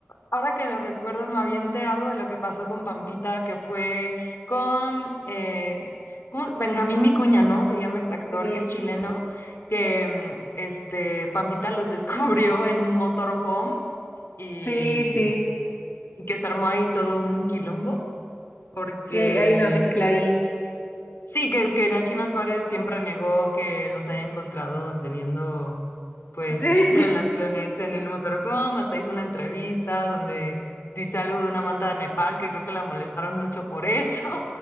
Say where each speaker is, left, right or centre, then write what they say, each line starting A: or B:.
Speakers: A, on the left; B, on the left.
A: ahora que lo recuerdo me había enterado de lo que pasó con Pampita, que fue con eh, ¿cómo? Benjamín Vicuña, ¿no? Se llama este actor
B: Sí,
A: que es chileno, que mm, este, Pampita los <laughs> descubrió en un motorhome y
B: sí, sí,
A: y que se armó ahí todo un quilombo, porque,
B: sí, hay, hay una mezcla
A: pues,
B: ahí.
A: sí, que, que la China Suárez siempre negó que los haya encontrado teniendo, pues,
B: <laughs> Sí.
A: relaciones en el motorhome, hasta hizo una entrevista donde dice algo de una manta de Nepal, que creo que la molestaron mucho por eso,